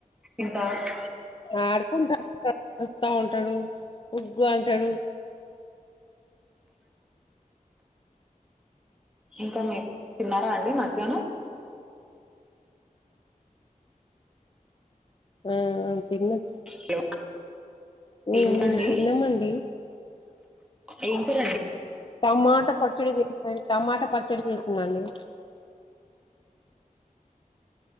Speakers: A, in the centre; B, on the left.
A: ఇంకా ప్చ్
B: ఆడుకుంటా ఉంటా వస్తా ఉంటాడు ఉగ్గు అంటాడు
A: ఇంకా మీర్ తిన్నారా అండి మధ్యాహ్నం
B: ఉమ్ తిన్నాం
A: హలో
B: ఉమ్
A: ఏం కూరండి
B: ఉమ్ తిన్నామండి
A: ఏం కూరండి
B: టమాటా పచ్చడి చేస్తు టమాటా పచ్చడి చేసిందండి